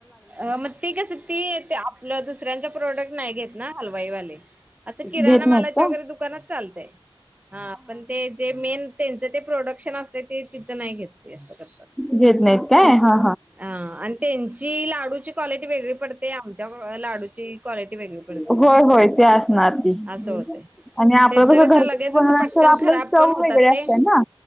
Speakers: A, on the right; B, in the centre.
A: अ मग ती कसं, ती ते आपलं दुसऱ्यांचं प्रोडक्ट नाही घेत ना हलवाईवाले. आता किराणा
B: घेत
A: मालाच्या
B: नाहीत का
A: वगरे दुकानात चालतंय, हा पण ते, ते मेन त्येनचं ते प्रोडक्शन असतंय ते तिथं नाही घेत ते तसं.
B: घेत नाहीत काय हा
A: हा, आन त्यांची लाडूची क्वालिटी वेगळी पडते, आमच्या भवा लाडूची क्वालिटी वेगळी पडते.
B: होय होय ते असणार ती
A: असं होतंय.
B: आणि आपलं
A: तेचं कसं
B: घरगुती
A: लगेचसं
B: बनवलं
A: पटकन
B: तर आपल्याला
A: खराब पण
B: चव
A: होतात
B: वेगळे
A: ते.
B: असते ना